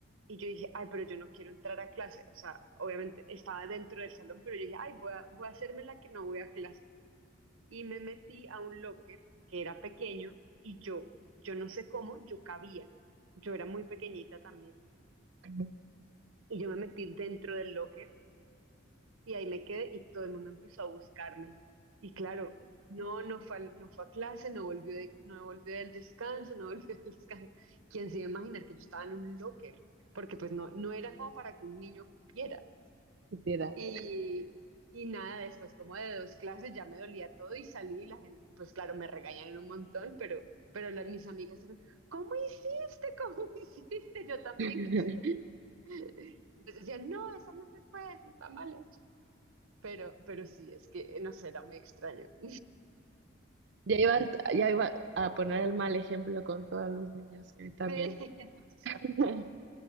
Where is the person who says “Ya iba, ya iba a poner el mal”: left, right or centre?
Right